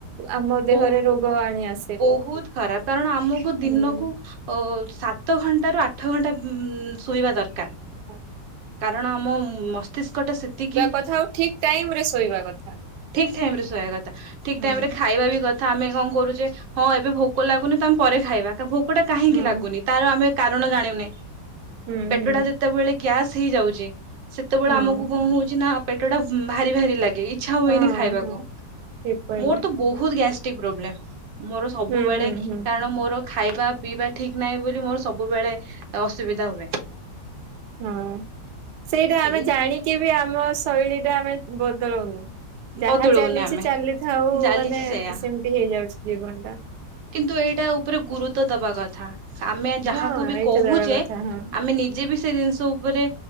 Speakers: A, on the right (about 75°); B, on the right (about 85°).
A: ଆମ
B: ବହୁ
A: ଦେହରେ ରୋଗ ଗ ଆଣିଆ
B: ବହୁତ ଖରାପ, କାରଣ ଆମକୁ ଦିନକୁ
A: ହୁଁ
B: ଓ ହ ସାତ ଘଣ୍ଟାରୁ ଆଠ ଘଣ୍ଟା ଉ ଶୋଇବା ଦରକାର।
A: ହଁ
B: କାରଣ ଆମ ମସ୍ତିଷ୍କ ଟା ସେତିକି
A: କଥା ଆଉ ଠିକ ଟାଇମ ରେ ଶୋଇବା କଥା।
B: ଠିକ୍ ଟାଇମ ରେ ଶୋଇବା କଥା, ଠିକ
A: ହଁ
B: ଟାଇମ ରେ ଖାଇବା ବି କଥା ଆମେ କଣ କରୁଛେ ହଁ ଏବେ ଭୋକ ଲାଗୁନି ତ ଆମେ ପରେ ଖାଇବା, ଭୋକଟା କାହିଁକି
A: ହଁ
B: ଲାଗୁନି ତାର ଆମେ କାରଣ ଜାଣିନେ,
A: ହୁଁ
B: ପେଟଟା
A: ହୁଁ
B: ଯେତେବେଳେ ଗ୍ୟାସ୍ ହେଇଯାଉଛି ସେତେବେଳେ
A: ହଁ
B: ଆମକୁ କଣ ହଉଛି ନା ପେଟ ଟା ଭାରି ଭାରି ଲାଗି ଇଛା ହୁଏନି
A: ହଁ
B: ଖାଇବାକୁ,
A: ହଁ ଠିକ କହିଲେ।
B: ମୋର ତ ବହୁତ ଗ୍ୟାଷ୍ଟ୍ରିକ ପ୍ରୋବ୍ଲେମ। ମୋର ସବୁବେଳେ
A: ହୁଁ ହୁଁ
B: କାରଣ
A: ହୁଁ
B: ମୋର ଖାଇବା ପିଇବା ଠିକ୍ ନାହିଁ ବୋଲି ମୋର ସବୁବେଳେ ଅସୁବିଧା ହୁଏ।
A: ହଁ ସେଇଟା
B: ସେଇ
A: ଆମେ ଜାଣିକି ବି ଆମ ଶୈଳୀଟା ଆମେ ବଦଳାଉନୁ। ଯାହା
B: ବଦଳଉନି
A: ଚାଲିଛି
B: ଆମେ
A: ଚାଲିଥାଉ
B: ଚାଲିଛି
A: ମାନେ
B: ସେଇୟା
A: ସେମିତି ହେଇଯାଉଛି ଜୀବନ ଟା।
B: କିନ୍ତୁ ଏଇଟା ଉପରେ ଗୁରୁତ୍ୱ ଦବା କଥା। ଆମେ ଯାହାକୁ
A: ହଁ
B: ବି
A: ଏଇଟା
B: କହୁଛେ
A: ଦେବା କଥା ହଁ
B: ଆମେ ନିଜେ ବି ସେ ଜିନିଷ ଉପରେ